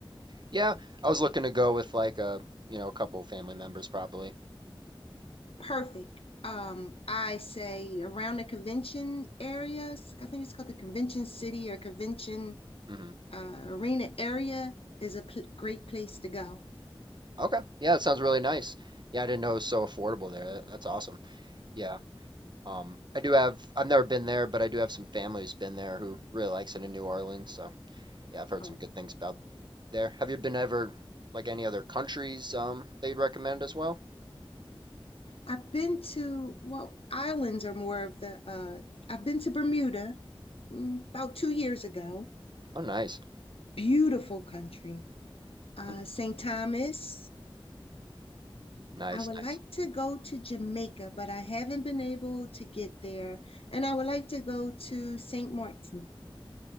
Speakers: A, on the right; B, on the left.
A: Yeah, I was looking to go with like a, you know, a couple of family members probably.
B: Perfect. Um, I say around the convention areas. I think it's called the Convention City or Convention
A: hmm
B: uh, Arena area is a pl- great place to go.
A: Okay. Yeah, that sounds really nice. Yeah, I didn't know it was so affordable there. That- That's awesome. Yeah. Um, I do have, I've never been there, but I do have some family who's been there who really likes it in New Orleans. So yeah, I've heard
B: oh,
A: some good things about there. Have you been ever like any other countries um, that you'd recommend as well?
B: I've been to, well, islands are more of the, uh, I've been to Bermuda. mm, about two years ago.
A: Oh, nice.
B: Beautiful country. Uh,
A: <laughs>
B: St. Thomas.
A: Nice,
B: I would
A: nice.
B: like to go to Jamaica, but I haven't been able to get there. And I would like to go to St. Martin.